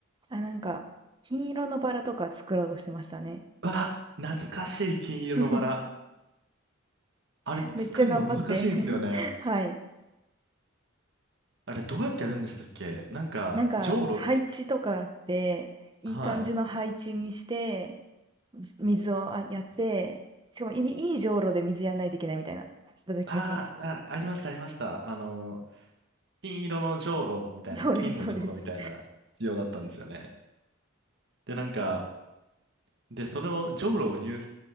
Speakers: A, on the right (about 25°); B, on the right (about 60°).
A: あ、なんか、金色のバラとか作ろうとしてましたね。
B: うわ、懐かしい金色のバラ。
A: <laughs>
B: あれ作るの難しいんですよね。
A: めっちゃ頑張って <laughs> はい。
B: あれどうやってやるんでしたっけなんか、
A: なんか、
B: じょうろ、
A: 配置とかあって、いい感じの配置にして、
B: はい。
A: じ水をあやって、しかもいい、いいじょうろで水やんないといけないみたいな、だった気がします。
B: あーあ、ありました、ありました。あの金色のじょうろみたいな、
A: そうです、
B: 金のじょうろみたいな必要だったんですよね。
A: そうです。
B: で、なんか、で、そのじょうろを入